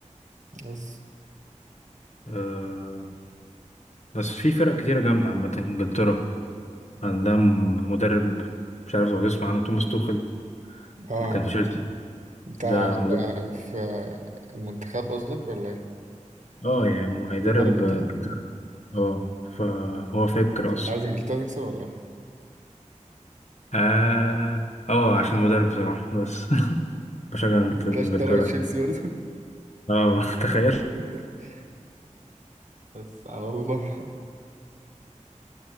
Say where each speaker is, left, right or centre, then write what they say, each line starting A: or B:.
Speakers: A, on the right (about 75°); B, on the left (about 65°).
A: بس
B: آه بس في فرق كتيره جامده عامه انجلترا عندها مدرب مش عارف لو تسمع عنه توماس توخل
A: اه
B: اللي كان في تشيلسي
A: أنت
B: ده
A: أنت
B: مدرب
A: في المنتخب قصدك ولا إيه؟
B: اه يعني
A: بيدرب
B: هيدرب
A: المنتخب؟
B: آه، انجلترا اه فهو فاكر اصلا
A: أنت عايز إنجلترا تكسب ولا إيه؟
B: اه اه عشان مدرب بصراحه بس <laughs> بشجع
A: <laughs> متلاقيش
B: إنجلت- انجلترا
A: ضربت تشيلسي برضه
B: اه <laughs> تخيل
A: <laughs> بس على الله